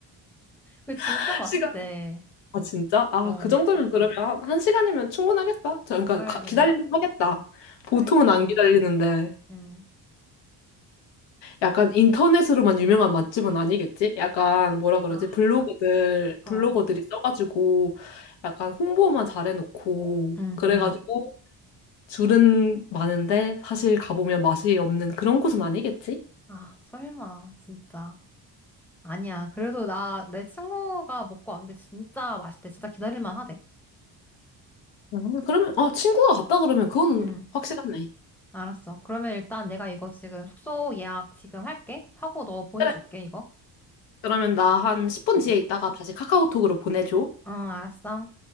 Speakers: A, in the centre; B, on the left.
A: 거기 진짜
B: <laughs>
A: 맛있대.
B: 시간. 아, 진짜? 아,
A: 어,
B: 그 정도면 그러면 한, 한 시간이면 충분하겠다. 저, 그러니까
A: 그래,
B: 가- 기다리면
A: 그래,
B: 하겠다. 보통은
A: 그래.
B: 안 기다리는데.
A: 응,
B: 약간 인터넷으로만 유명한 맛집은 아니겠지? 약간 뭐라 그러지?
A: 아,
B: 블로거들,
A: 어.
B: 블로거들이 써가지고 약간 홍보만 잘해놓고
A: 응,
B: 그래가지고
A: 응.
B: 줄은 많은데 사실 가보면 맛이 없는 그런 곳은 아니겠지?
A: 아, 설마, 진짜. 아니야. 그래도 나, 내 친구가 먹고 왔는데 진짜 맛있대. 진짜 기다릴만 하대.
B: 음, 그러면, 아, 친구가 갔다 그러면 그건
A: 응.
B: 확실하네.
A: 알았어. 그러면 일단 내가 이거 지금 숙소 예약 지금 할게. 하고 너 보내줄게,
B: 그래.
A: 이거.
B: 그러면 나 한 10분
A: 응.
B: 뒤에 있다가 다시 카카오톡으로 보내줘.
A: 응, 알았어.